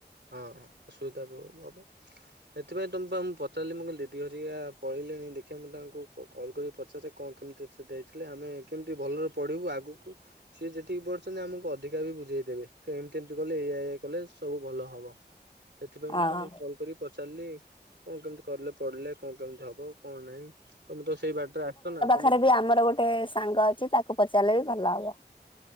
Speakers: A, on the right (about 80°); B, on the left (about 30°).
A: ହଁ ହଁ ଅସୁବିଧା ଏବେ ହବ। ସେଥିପାଇଁ ତମୁକୁ ମୁଁ ପା ପଚାରିଲି, ମୁଁ କହିଲି ଦିଦି ଘରିକା ପଳେଇଲେଣି, ଦେଖିବା ମୁଁ ତାଙ୍କୁ ପ-କଲ୍ କରି ପଚାରେ କଣ କେମିତି ସେ ଦେଇଥିଲେ, ଆମେ କେମିତି ଭଲରେ ପଢିବୁ ଆଗୁକୁ ସିଏ ଯେତିକି ପଢିଚନ୍ତି ଆମକୁ ଅଧିକା ବି ବୁଝେଇ ଦେବେ, ଏମିତି ଏମିତି କଲେ ଏଇୟା, ଏଇୟା କଲେ ସବୁ ଭଲ ହବ। ସେଥିପାଇଁ ମୁଁ
B: ଆଉ।
A: ତମକୁ କଲ୍ କରିିକି ପଚାରିଲି କଣ କେମିତି କଲେ ପଢିଲେ କଣ କେମିତି ହବ, କଣ ନାଇଁ, ତମେ ତ ସେଇ ବାଟରେ ଆସିଛ ନା, ତମେ
B: ଥରେ ବି ଆମର ଗୋଟେ ସାଙ୍ଗ ତାକୁ ପଚାରିଲେବି ଭଲ ହବ।